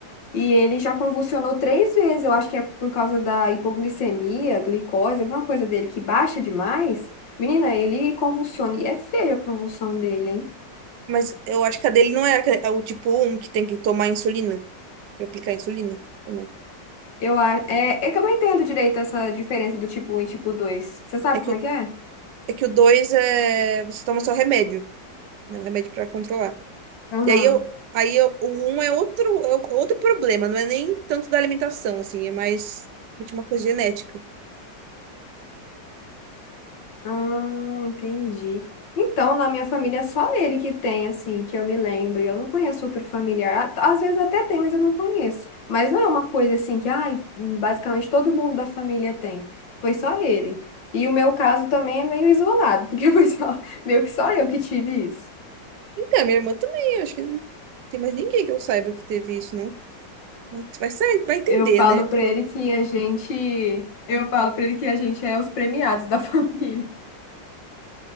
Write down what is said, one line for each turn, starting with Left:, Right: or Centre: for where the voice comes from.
Left: E ele já convulsionou três vezes. Eu acho que é por causa da hipoglicemia, glicose, alguma coisa dele que baixa demais. Menina, ele convulsiona. E é feia a convulsão dele, hein?
Right: Mas eu acho que a dele não é, aque- é o tipo um que tem que tomar insulina, que é aplicar insulina. ou não?
Left: Eu, a- é, é que eu não entendo direito essa diferença do tipo um e tipo dois Você sabe
Right: É que,
Left: como é que é?
Right: É que o 2 é. Você toma só remédio, né? Um remédio pra controlar.
Left: Aham.
Right: E aí eu. Aí eu, o um é outro, é outro problema, não é nem tanto da alimentação, assim, é mais de uma coisa genética.
Left: Ah, entendi. Então, na minha família, é só ele que tem, assim, que eu me lembro. Eu não conheço outro familiar. Á- Às vezes até tem, mas eu não conheço. Mas não é uma coisa assim que, ai, basicamente todo mundo da família tem. Foi só ele. E o meu caso também é meio isolado, porque <laughs> foi só, meio que só eu que tive isso.
Right: Então, minha irmã também, eu acho que não tem mais ninguém que eu saiba que teve isso, não. Mas Vai, saber- vai entender,
Left: Eu falo
Right: né?
Left: pra
Right: Por-
Left: ele que a gente, eu falo pra ele que a gente é os premiados da <laughs> família.